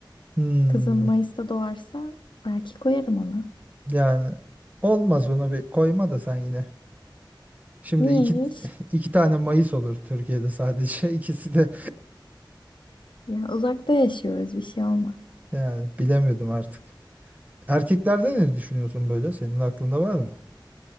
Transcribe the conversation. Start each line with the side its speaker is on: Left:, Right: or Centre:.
Right: hmm,
Left: Kızım Mayıs'ta doğarsa belki koyarım ona.
Right: yani olmaz ona bir koyma da sen yine. Şimdi
Left: Niyeymiş?
Right: iki <laughs> iki tane Mayıs olur Türkiye'de sadece. <laughs> İkisi de
Left: Ya uzakta yaşıyoruz bir şey olmaz.
Right: yani bilemiyordum artık. Erkeklerde ne düşünüyorsun böyle? Senin aklında var mı?